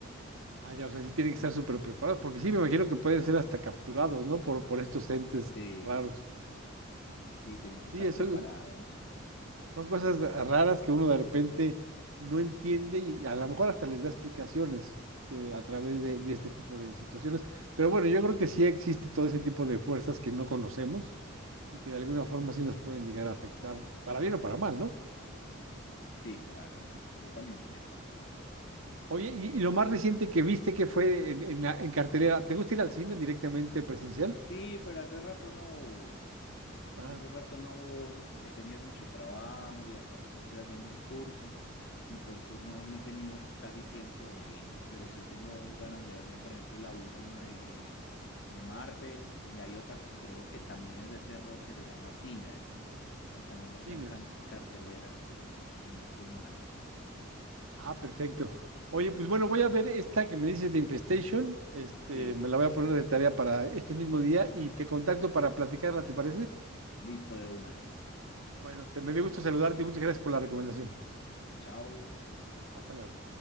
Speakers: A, on the right (about 85°); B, on the left (about 55°).
A: Ah, ya, o sea, sí tienen que estar súper preparados, porque sí me imagino que pueden ser hasta capturados, ¿no? Por, por estos entes
B: Sí,
A: raros.
B: sí, tienen que
A: Sí,
B: estar
A: eso
B: preparados.
A: Son cosas raras que uno de repente no entiende y a lo mejor hasta les da explicaciones que a través de, de este tipo de situaciones. Pero bueno, yo creo que sí existe todo ese tipo de fuerzas que no conocemos y que de alguna forma sí nos pueden llegar a afectar, para bien o para mal, ¿no?
B: Sí, claro, yo también creo.
A: Oye, y, y lo más reciente que viste que fue en, en la- en cartelera, ¿te gusta ir al cine directamente presencial?
B: Sí, pero hace rato no voy.
A: Ajá,
B: Hace rato no voy porque he tenido mucho trabajo y aparte estoy haciendo un curso, entonces no, no he tenido casi tiempo de ir, pero sí tengo ganas de verme, por ejemplo, la última de, de Marvel y hay otra que creo que también es de terror que se llama Sinners, que también está
A: Ciners.
B: en can- cartelera, sí, si no estoy mal.
A: Ah, perfecto. Oye, pues bueno, voy a ver esta que me dices de Infestation. Este,
B: Sí,
A: me la voy a poner de tarea para este mismo día y te contacto para platicarla, ¿te parece?
B: listo de una.
A: Bueno, te me dio gusto saludarte y muchas gracias por la recomendación.
B: Chao.
A: Hasta luego.